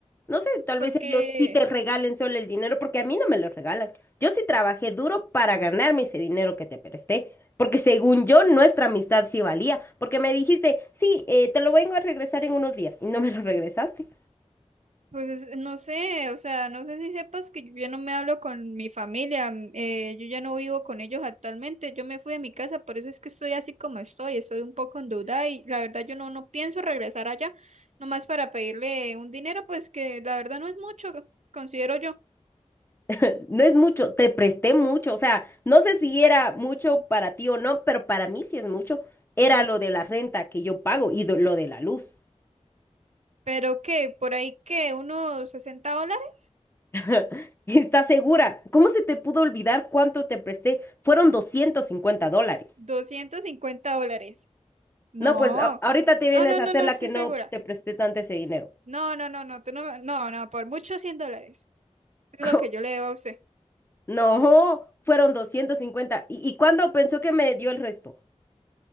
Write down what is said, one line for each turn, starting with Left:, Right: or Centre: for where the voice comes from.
Left: No sé, tal
Right: porque...
Left: vez ellos sí te regalen solo el dinero porque a mí no me lo regalan. Yo sí trabajé duro para ganarme ese dinero que te presté, porque según yo nuestra amistad sí valía, porque me dijiste, sí, eh, te lo vengo a regresar en unos días y no me lo regresaste.
Right: Pues es- no sé, o sea, no sé si sepas que yo ya no me hablo con mi familia, mm, eh, yo ya no vivo con ellos actualmente, yo me fui de mi casa, por eso es que estoy así como estoy, estoy un poco en duda y la verdad yo no, no pienso regresar allá, nomás para pedirle un dinero, pues que la verdad no es mucho, considero yo,
Left: <laughs> No es mucho, te presté mucho, o sea, no sé si era mucho para ti o no, pero para mí sí es mucho. Era lo de la renta que yo pago y do- lo de la luz.
Right: pero que por ahí que unos sesenta dólares,
Left: <laughs> ¿Estás segura? ¿Cómo se te pudo olvidar cuánto te presté? Fueron 250 dólares.
Right: 250 dólares, no,
Left: No, pues a- ahorita te vienes
Right: no, no,
Left: a
Right: no,
Left: hacer
Right: no
Left: la
Right: estoy
Left: que no
Right: segura,
Left: te presté tanto ese dinero.
Right: no, no, no, no, tú no, me- no, no, por mucho 100 dólares, es
Left: <laughs> ¿Cómo?
Right: lo que yo le debo a usted.
Left: No, fueron 250. ¿Y, y cuándo pensó que me dio el resto?